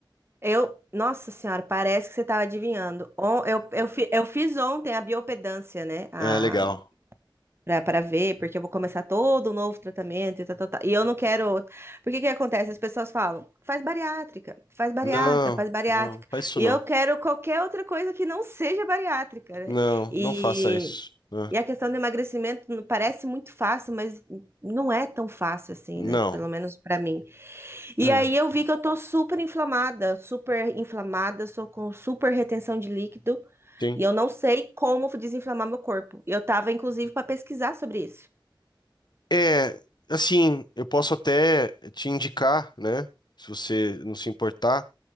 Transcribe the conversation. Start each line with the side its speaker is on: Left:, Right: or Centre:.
Right: Eu, nossa senhora, parece que você estava adivinhando. On- Eu, eu, fi- eu fiz ontem a biopedância, né? A
Left: É, legal.
Right: Pra, pra ver, porque eu vou começar todo um novo tratamento e tal, tal, tal. E eu não quero. Porque que acontece? As pessoas falam, faz bariátrica, faz bariátrica,
Left: Não,
Right: faz bariátrica.
Left: não, faz isso
Right: E
Left: não.
Right: eu quero qualquer outra coisa que não seja bariátrica, né?
Left: Não,
Right: E,
Left: não faça isso. né?
Right: e a questão do emagrecimento não- parece muito fácil, mas não é tão fácil assim,
Left: Não.
Right: né? Pelo menos pra mim. E
Left: É,
Right: aí eu vi que eu tô super inflamada, super inflamada, sou com super retenção de líquido
Left: sim.
Right: e eu não sei como desinflamar meu corpo. Eu tava inclusive para pesquisar sobre isso.
Left: É, assim, eu posso até te indicar, né? Se você não se importar,